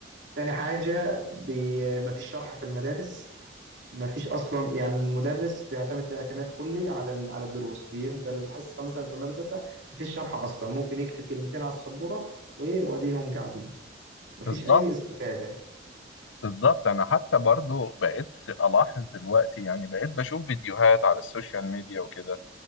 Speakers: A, on the right; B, on the left.
A: تاني حاجة بي... مفيش شرح في المدارس مفيش أصلا يعني المدرس بيعتمد اعتماد كلي على ال... على الدروس بينزل الحصة مثلا في المدرسة مفيش شرح أصلا ممكن يكتب كلمتين على السبورة وإيه وأديهم قاعدين مفيش
B: بالظبط
A: أي استفادة
B: بالظبط أنا حتى برضو بقيت ألاحظ دلوقتي يعني بقيت بشوف فيديوهات على السوشيال ميديا وكده